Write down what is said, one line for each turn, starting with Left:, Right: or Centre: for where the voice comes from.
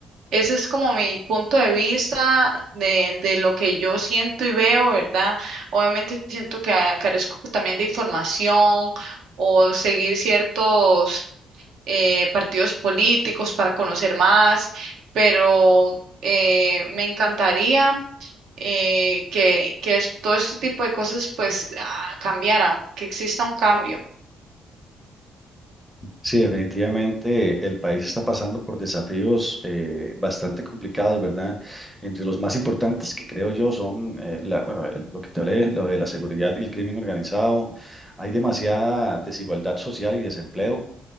Right: ese es como mi punto de vista de, de lo que yo siento y veo, ¿verdad? Obviamente siento que ah, carezco también de información o seguir ciertos eh, partidos políticos para conocer más, pero eh, me encantaría eh, que, que es- todo este tipo de cosas pues ah, cambiaran, que exista un cambio.
Centre: Sí, definitivamente el país está pasando por desafíos eh, bastante complicados, ¿verdad? Entre los más importantes que creo yo son, eh, la, bueno, el- lo que te hablé, lo de la seguridad y el crimen organizado. Hay demasiada desigualdad social y desempleo.